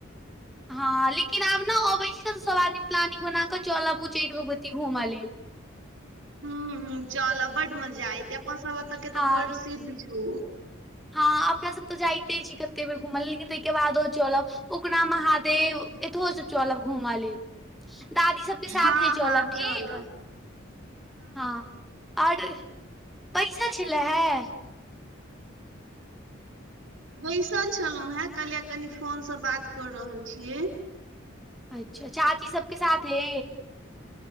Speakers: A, in the centre; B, on the right (about 75°).
A: हँ लेकिन आब ने अबै छी तऽ सभ आदमी प्लानिंग बना कऽ चलब उचैचठ भगवती घूमऽ लेल
B: ह ह चल बड मजा आयते अपन सब ए त के
A: हँ
B: त प्रसिद्ध छौ
A: हँ अपना सब तऽ जाइते छी कते बेर घूमल लेकिन ताहिके बादो चलब उगनाा महादेव इथ हो सब चलब घुमालेल दादी सबके साथ
B: हँ
A: हे चलब
B: हँ
A: ठीक
B: चलब
A: हँ आर बैसल छल है
B: बैसल छलहुं हेँ कलए कनि फोन से बात कर रहल छियै
A: अच्छा चाची सबके साथे